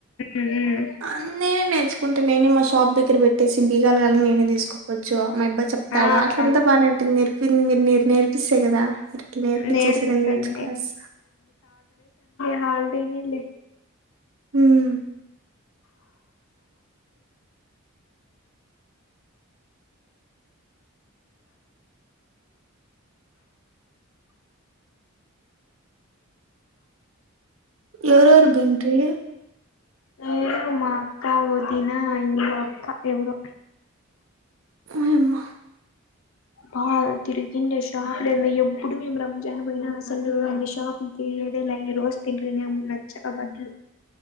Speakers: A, on the left (about 70°); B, on the right (about 70°).
A: మ్మ్
B: అన్ నేనే నేర్చుకుంటే నేనే మస్ టాప్ దగ్గర బెట్టేసి బి గాల్ గాలని నేనేం తీసుకపోచ్చు మా యబ్బ చెప్తాడు
A: ఆ
B: అట్ల
A: ఆ,
B: అంతా బాగానే ఉంటుంది. నేర్పి నువు నెర్ నేర్పిస్సే గదా మీరట్లా నేర్పించేస్
A: నేర్పిస్తాను
B: నేను నేర్చుకునే స్సా.
A: హాల్ డే నె లే
B: హ్మ్ ఎవరెవరు బెంట్రి
A: నేను మా అక్క వొదిన ఇంగో అక్క ఎవరో
B: ఓయమ్మ
A: బా తిరి ఇన్లే షాప్ లే ఎంది ఎబ్బుడు మేము రంజాన్ బోయినా అసలు అన్ని షాప్ తియేదే లె, ఈ రోజు తిన్రి మేము నచ్చక బడ్లు